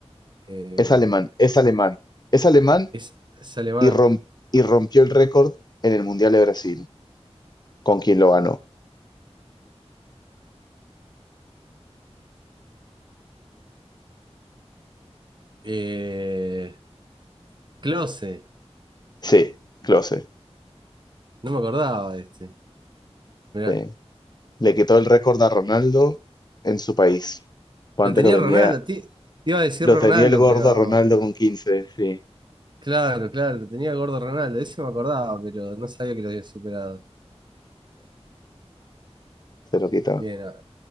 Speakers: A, on the right (about 45°); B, on the left (about 40°).
A: Eh,
B: Es alemán, es alemán, es alemán
A: es, es alemán.
B: y, rom- y rompió el récord en el Mundial de Brasil, con quien lo ganó.
A: Eh, Klose.
B: Sí, Klose,
A: No me acordaba de este. Mirá.
B: sí. Le quitó el récord a Ronaldo en su país. Pues
A: Lo
B: Antes
A: tenía
B: lo tenía,
A: Ronaldo. Te, te iba a decir
B: lo
A: Ronaldo,
B: tenía el gordo
A: pero.
B: a Ronaldo con quince, sí,
A: Claro, claro, lo tenía gordo Ronaldo. Ese me acordaba, pero no sabía que lo habían superado.
B: se lo quitó.
A: Bien, a,